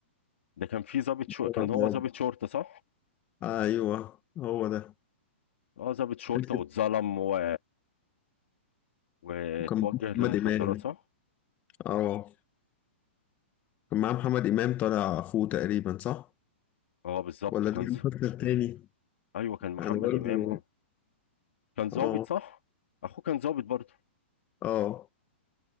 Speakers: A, on the left; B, on the left.
A: ده كان في ضابط شو
B: طبعاً.
A: كان هو ضابط شرطة صح؟
B: ايوه هو ده
A: اه ضابط شرطة
B: حته
A: واتظلم و... واتوجه
B: وكان محمد
A: للمخدرات
B: إمام
A: صح؟
B: اه كان معاه محمد إمام طالع أخوه تقريبا صح؟
A: اه بالظبط
B: ولا
A: كان
B: ده المسلسل
A: ز...
B: التاني؟
A: <laughs> ايوه كان محمد
B: أنا برضه
A: إمام اه كان ظابط
B: اه
A: صح اخوه كان ظابط برضه
B: اه